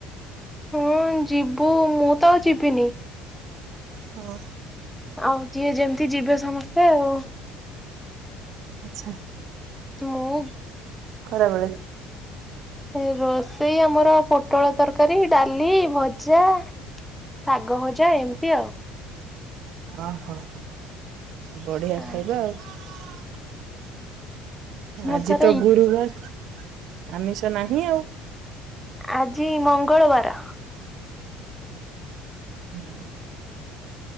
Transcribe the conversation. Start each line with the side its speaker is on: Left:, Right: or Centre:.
Centre: ହଁ ଯିବୁ ମୁଁ ତ ଆଉ ଯିବିନି।
Right: ହଁ।
Centre: ଆଉ ଯିଏ ଯେମିତି ଯିବେ ସମସ୍ତେ ଆଉ।
Right: ଆଛା।
Centre: ମୁଁ
Right: ଖରାବେଳେ?
Centre: ଏ ରୋଷେଇ ଆମର ପ ପୋଟଳ ତରକାରୀ ଡାଲି ଭଜା ଶାଗ ଭଜା ଏମିତି ଆଉ।
Right: ଓହୋ ହୋ ବଢିଆ
Centre: ଆଁ,
Right: ଖାଇବା ଆଉ।
Centre: ମୁଁ
Right: ଆଜି
Centre: ଥରେ
Right: ତ
Centre: ଇ-
Right: ଗୁରୁବାର। ଆମିଷ ନାହିଁ ଆଉ।
Centre: ଆଜି ମଙ୍ଗଳବାର।
Right: ହୁଁ।